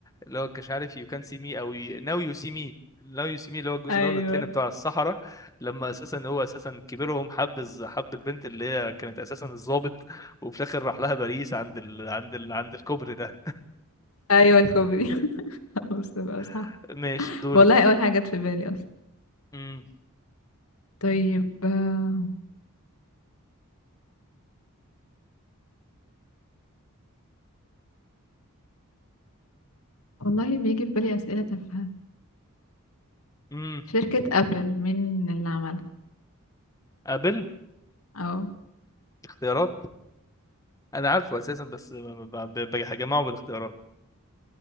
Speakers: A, on the left (about 15°); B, on the left (about 75°).
A: اللي هو مش عارف يو كان سي مي او ناو يو سي مي ناو يو سي مي اللي هو الجزء
B: ايوه
A: الاول والتاني بتاع الصحراء لما اساسا هو اساسا كبيرهم حب الز- حب البنت اللي هي كانت اساسا الضابط وفي الاخر راح لها باريس عند ال... عند ال... عند الكوبري ده
B: ايوه الكوبري <laughs> خلاص بقى صح
A: <laughs> ماشي دورك
B: والله اول حاجة جت في بالي
A: امم
B: طيب آه، والله بيجي في بالي أسئلة تافهة
A: امم
B: شركة أبل مين اللي عملها
A: قابل
B: اه
A: اختيارات انا عارفه اساسا بس ب- ب- بجمعه بالاختيارات